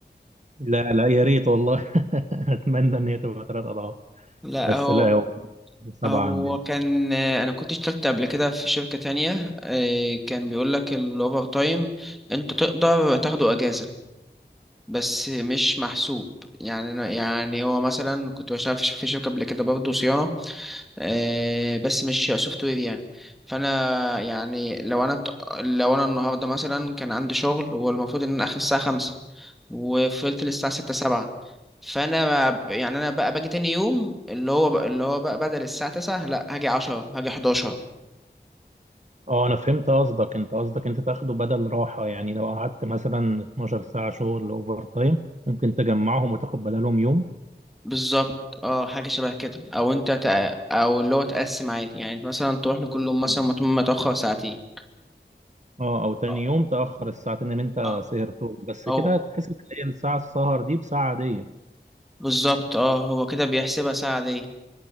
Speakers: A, on the right; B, in the centre.
A: لا لا يا ريت والله <laughs> اتمنى ان هي تبقى ثلاث اضعاف
B: لا
A: بس
B: هو
A: لا هو سبعه
B: هو
A: عندنا
B: كان آه، انا كنت اشتغلت قبل كده في شركة تانية آه، كان بيقول لك الاوفر تايم انت تقدر تاخده اجازة بس مش محسوب يعني أنا- يعني هو مثلا كنت بشتغل في ش- في شركة قبل كده برضه صيانة آه، بس مش سوفت وير يعني فانا يعني لو انا ت- لو انا النهارده مثلا كان عندي شغل والمفروض ان انا اخر الساعة خمسة وفضلت للساعة ستة سبعة فانا ب- يعني انا بقى باجي تاني يوم اللي هو بقى اللي هو بقى بدل الساعه 9 لا هاجي 10 هاجي 11
A: اه انا فهمت قصدك انت قصدك انت تاخده بدل راحه يعني لو قعدت مثلا 12 ساعه شغل اوفر تايم ممكن تجمعهم وتاخد بدلهم يوم
B: بالظبط اه حاجه شبه كده او انت تق... او اللي هو تقسم عادي يعني انت مثلا تروح لكل يوم مثلا
A: اه
B: مت- متاخر ساعتين
A: آه، او تاني
B: اه
A: يوم تاخر الساعتين اللي انت
B: اه
A: سهرتهم بس
B: او
A: كده تحس ان هي الساعه السهر دي بساعه عاديه
B: بالظبط اه هو كده بيحسبها ساعه دي